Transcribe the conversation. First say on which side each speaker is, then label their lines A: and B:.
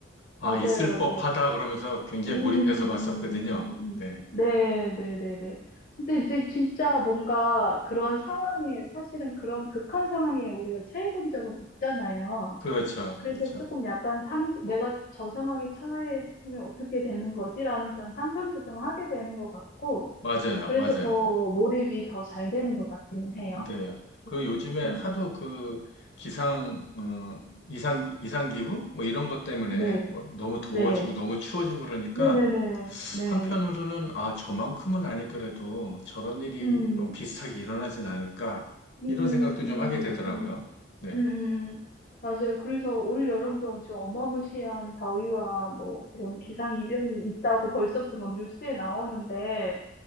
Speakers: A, on the left; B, on the left.
A: 아,
B: 맞아요
A: 있을 법하다 그러면서 굉장히
B: 음, 음,
A: 몰입해서 봤었거든요.
B: 음, 음, 음.
A: 네.
B: 네, 네, 네, 네. 근데 이제 진짜 뭔가 그런 상황에, 사실은 그런 극한 상황에 우리가 처해 본 적은 없잖아요.
A: 그렇죠.
B: 그래서
A: 그렇죠.
B: 조금 약간 상, 내가 저 상황에 처했으면 어떻게 되는 거지라는 그런 상상도 좀 하게 되는 것 같고,
A: 맞아요.
B: 그래서
A: 맞아요.
B: 더 몰입이 더 잘 되는 것 같기는 해요.
A: 네. 그
B: 음,
A: 요즘에
B: 음,
A: 하도 그 기상, 음, 이상, 이상기후? 뭐 이런 것 때문에
B: 네,
A: 뭐 너무 더워지고
B: 네,
A: 너무 추워지고 그러니까
B: 네네네, 네. 네.
A: 한편으로는
B: 네.
A: 아, 저만큼은 아니더라도 저런 일이
B: 음,
A: 어, 비슷하게 일어나진 않을까
B: 음,
A: 이런 생각도 좀
B: 음,
A: 하게
B: 음,
A: 되더라고요.
B: 음.
A: 네.
B: 음, 음, 음. 맞아요. 그래서 올 여름도 엄청 어마무시한 더위와 뭐 그런 기상이변이 있다고 벌써부터 막 뉴스에 나오는데,